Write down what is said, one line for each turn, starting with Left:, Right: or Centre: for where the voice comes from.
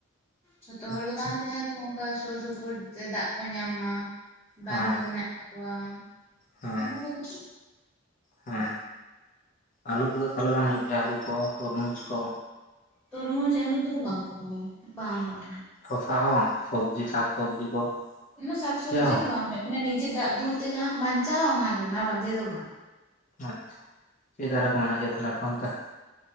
Centre: ᱡᱚᱛᱚ ᱦᱚᱲ
Left: ᱟᱪᱪᱷᱟ
Centre: ᱫᱚ ᱵᱟᱝ ᱨᱮ ᱡᱟᱦᱟᱸᱭ ᱠᱚ ᱚᱱᱠᱟ ᱥᱩᱨ ᱥᱩᱯᱩᱨ ᱨᱮ ᱫᱟᱜ ᱠᱚ ᱧᱟᱢ ᱢᱟ ᱵᱟᱸᱫᱷ
Left: ᱦᱮᱸ
Centre: ᱠᱚ ᱢᱮᱱᱟᱜ ᱛᱟᱠᱚᱣᱟ
Left: ᱦᱮᱸ
Centre: ᱩᱱᱠᱩ ᱠᱚᱫᱚ
Left: ᱦᱮᱸ ᱟᱹᱞᱩ ᱠᱚᱫᱚ ᱛᱟᱦᱚᱞᱮ ᱵᱟᱝ ᱦᱩᱭᱩᱜ ᱜᱮᱭᱟ ᱟᱹᱞᱩ ᱠᱚ ᱛᱚᱨᱢᱩᱡᱽ ᱠᱚ
Centre: ᱛᱩᱨᱢᱩᱡ ᱟᱹᱞᱩ ᱠᱚᱫᱚ ᱵᱟᱝ ᱠᱚ ᱵᱟᱝ ᱵᱟᱝ
Left: ᱥᱚᱥᱟ ᱦᱚᱸ ᱵᱟᱝ ᱥᱚᱵᱽᱡᱤ ᱥᱟᱠᱥᱚᱵᱽᱡᱤ ᱠᱚ
Centre: ᱚᱱᱟ ᱥᱟᱠᱥᱚᱵᱽᱡᱤ
Left: ᱪᱮᱫ ᱦᱚᱸ
Centre: ᱫᱚ ᱵᱟᱝ ᱦᱩᱭᱩᱜ ᱢᱟᱱᱮ ᱡᱮ ᱫᱟᱜ ᱫᱩᱞ ᱛᱮ ᱡᱟᱦᱟᱸᱟᱢ ᱵᱟᱧᱪᱟᱣᱟ ᱚᱱᱟᱜᱮ ᱚᱱᱟ ᱵᱟᱫᱮ ᱫᱚ ᱵᱟᱝ᱾
Left: ᱟᱪᱪᱷᱟ ᱪᱮᱫ ᱫᱟᱨᱮ ᱠᱚ ᱢᱮᱱᱟᱜ ᱜᱮᱭᱟ ᱛᱟᱦᱞᱮ ᱟᱯᱮ ᱚᱱᱛᱮ